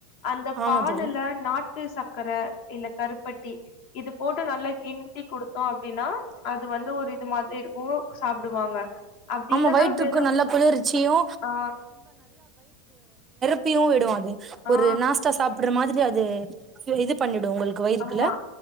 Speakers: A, on the left (about 60°); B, on the right (about 30°).
A: அந்த
B: ஆமா
A: பாலுல
B: தோழி
A: நாட் டு சக்கர இல்லக்கருப்பட்டி இது போட்டு நல்லக்கிண்டி குடுத்தோ அப்படின்னா அது வந்து ஒரு இது மாதிரி இருக்கு சாப்டுவாங்க அப்டில்லன்னா
B: ஆமா வயிற்றுக்கு
A: வெறு
B: நல்லா குளிர்ச்சியு
A: ஆ
B: <unintelligible> விடுவாது ஒரு
A: ஆ
B: நாஸ்டா சாப்டற மாதிரி அது து இது பண்ணிடு உங்களுக்கு வயிறுக்குள்ள
A: ஆமா